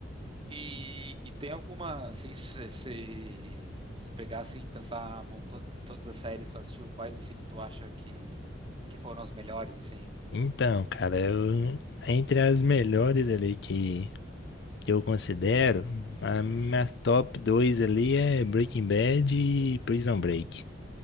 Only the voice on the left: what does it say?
Então, cara, eu, entre as melhores ali que que eu considero, a minha top 2 ali é Breaking Bad e Prison Break.